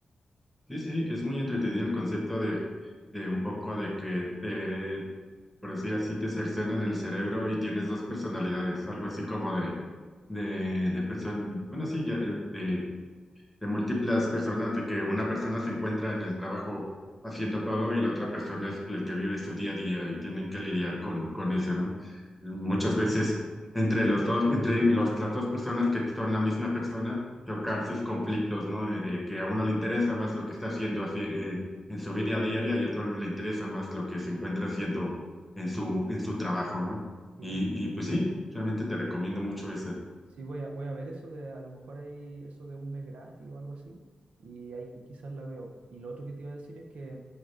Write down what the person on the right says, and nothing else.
Ah,
ya.
Sí.
So-
Sí, voy a, voy a ver eso de, a lo mejor hay eso de un mes gratis o algo así, y ahí qui- quizás la veo. Y lo otro que te iba a decir es que